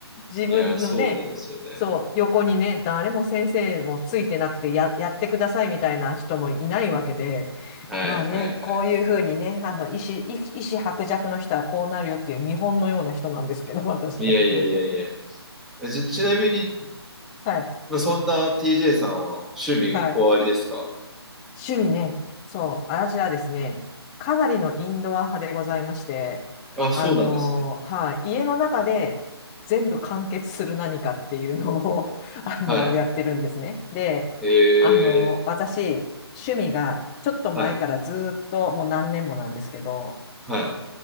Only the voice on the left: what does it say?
自分のね、
そう、横にね、誰も先生もついてなくてや、やってくださいみたいな人もいないわけで、
まあね、こういうふうにね、あの、意思、意意思薄弱の人はこうなるよっていう見本のような人なんですけど、<laughs> 私ね。
<laughs>
はい、
はい。趣味ね。そう、私はですね、かなりのインドア派でございまして、
あのーはい、
家の中で全部完結する何かっていうのを <laughs> あのーやってるんですね。
で、
あの、私、趣味がちょっと前からずーっともう何年もなんですけど、